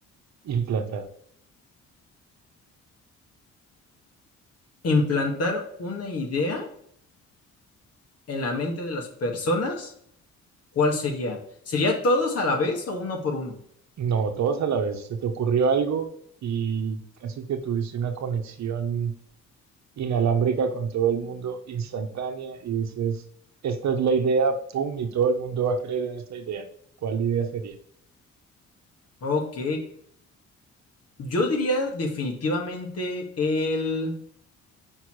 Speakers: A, on the right (about 65°); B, on the left (about 50°).
A: implantar?
B: Implantar una idea en la mente de las personas, ¿cuál sería? ¿Sería todos a la vez o uno por uno?
A: No, todos a la vez. Se te ocurrió algo y casi que tuviste una conexión inalámbrica con todo el mundo instantánea y dices, esta es la idea, pum, y todo el mundo va a creer en esta idea. ¿Cuál idea sería?
B: Ok, yo diría definitivamente el...